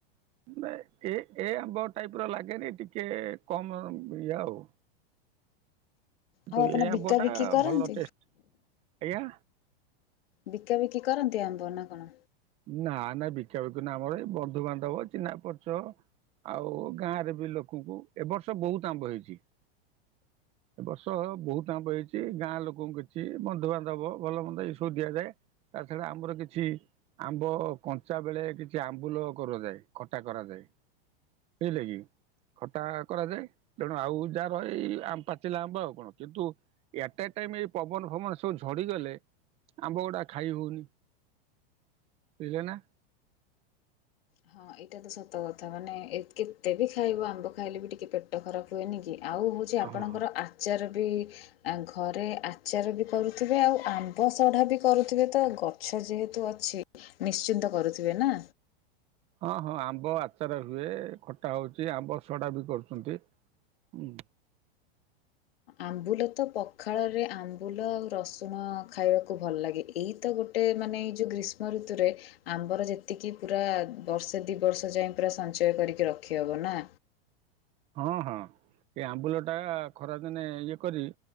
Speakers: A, on the right; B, on the left.
A: ମାନେ ଏ ଏ ଆମ୍ବ ଟାଇପିର ଲାଗେନି ଟିକେ କମ୍ ଇଏ ଆଉ କିନ୍ତୁ
B: ଆଉ ଆପଣ
A: ଏ ଆମ୍ବଟା
B: ବିକା ବିକି କରନ୍ତି
A: ଭଲ ଟେଷ୍ଟ ଆଜ୍ଞା।
B: ବିକା ବିକି କରନ୍ତି ଆମ୍ବ ନା କଣ?
A: ନା ନା ବିକା ବିକି ନା ଆମର ଏଇ ବନ୍ଧୁବାନ୍ଧବ ଚିହ୍ନା ପରିଚୟ ଆଉ ଗାଁରେ ବି ଲୋକଙ୍କୁ ଏବର୍ଷ ବହୁତ ଆମ୍ବ ହେଇଛି। ଏବର୍ଷ ବହୁତ ଆମ୍ବ ହେଇଛି ଗାଁ ଲୋକଙ୍କୁ କିଛି ବନ୍ଧୁବାନ୍ଧବ ଦବ ଭଲ ମନ୍ଦ ଏ ସବୁ ଦିଆଯାଏ ତା ଛଡା ଆମର କିଛି ଆମ୍ବ କଞ୍ଚା ବେଳେ କିଛି ଆମ୍ବୁଲ କରାଯାଏ ଖଟା କରାଯାଏ। ବୁଝେଲେ କିି? ଖଟା କରାଯାଏ ତେଣୁ ଆଉ ଯାହା ରହେ ଏଇ ପାଚିଲା ଆମ୍ବ ଆଉ କଣ କିନ୍ତୁ ୟାଟା ଟାଇମ୍ ଏଇ ପବନ ଫବନ ସବୁ ଝଡ଼ିଗଲେ ଆମ୍ବ ଗୁଡା ଖାଇ ହଉନି। ବୁଝିଲେ ନା।
B: ହଁ ଏ ଏଟା ସତ କଥା ମାନେ ଏତେ କେତେ ବି ଖାଇବ ଆମ୍ବ ଖାଇଲେ ବି ଟିକେ ପେଟ ଖରାପ ହୁଏନି କି ଆଉ ଛି ଆପଣଙ୍କର
A: ହଁ ହଁ
B: ଆଚାର ବି ଆ ଘରେ ଆଚାର ବି କରୁଥିବେ ଆଉ ଆମ୍ବ ସଢା ବି କରୁଥିବେ ତ ଗ ଗଛ ଯେହେତୁ ଅଛି ନିଶ୍ଚିନ୍ତ କରୁଥିବେ ନା?
A: ହଁ ହଁ ଆମ୍ବ ଆଚାର ହୁଏ ଖଟା ହଉଛି ଆମ୍ବ ସଡ଼ା ବି କରୁଛନ୍ତି ହୁଁ।
B: ଆମ୍ବୁଲ ତ ପଖାଳରେ ଆମ୍ବୁଲ ଆଉ ରସୁଣ ଖାଇବାକୁ ଭଲ ଲାଗେ ଏଇ ତ ଗୋ ଗୋଟେ ମାନେ ଏଇ ଯଉ ଗ୍ରୀଷ୍ମ ଋତୁରେ ଆମ୍ବର ଯେତିକି ପୁରା ବର୍ଷେ ଦି ବର୍ଷ ଯାଏ ପୁରା ସଞ୍ଚୟ କରିକି ରଖିହବ ନା?
A: ହଁ ହଁ ଏ ଆମ୍ବୁଲ ଟା ଖରାଦିନେ ଇଏ କରି